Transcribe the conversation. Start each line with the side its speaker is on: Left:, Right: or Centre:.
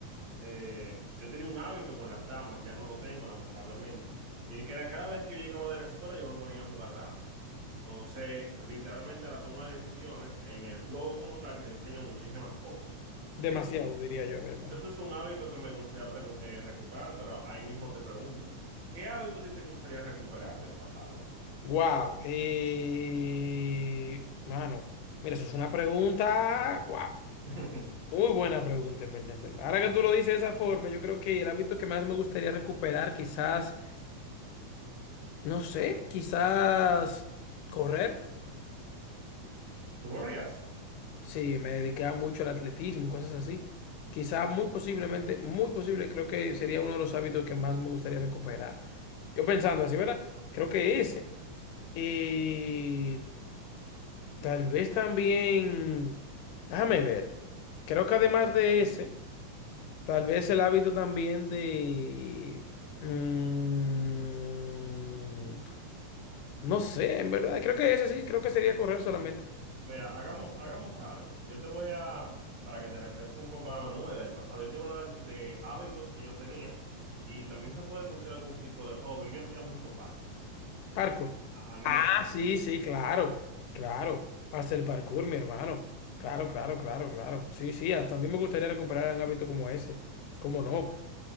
Right: eh, yo tenía un hábito con las damas, ya no lo tengo, lamentablemente. Y que era cada vez que yo llegaba de la escuela, yo me ponía a jugar damas. Entonces, literalmente a la toma de decisiones, en el juego como tal, te enseña muchísimas cosas.
Left: demasiado,
Right: Y no,
Left: diría
Right: eh,
Left: yo, mi hermano.
Right: eso es un hábito que me gustaría pregu- eh, recuperar, pero ahí mismo te pregunto, ¿qué hábito a ti te gustaría recuperar del pasado?
Left: Wow, eh, mano, mira, eso es una pregunta, wow,
Right: <laughs>
Left: muy buena pregunta en verdad, en verdad. Ahora que tú lo dices de esa forma, yo creo que el hábito que más me gustaría recuperar, quizás, no sé, quizás correr.
Right: ¿Tú corrías?
Left: Sí, me dedicaba mucho al atletismo y cosas así. Quizás muy posiblemente, muy posible, creo que sería uno de los hábitos que más me gustaría recuperar. Yo pensando así, ¿verdad? Creo que ese. Y Tal vez también, déjame ver, creo que además de ese, tal vez el hábito también de... mm, no sé, en verdad, creo que ese sí, creo que sería correr solamente.
Right: Mira, hagamos, hagamos algo. Yo te voy a, para que te refresque un poco la memoria del pasado, yo te voy a hablar de de hábitos que yo tenía y también se puede considerar algún tipo de hobby. Yo hacía mucho paddle.
Left: Parkour.
Right: A a mí
Left: Ah,
Right: me,
Left: sí, sí, claro, claro. Hasta el parkour, mi hermano. Claro, claro, claro, claro. Sí, sí, hasta a mí me gustaría recuperar un hábito como ese. ¿Cómo no?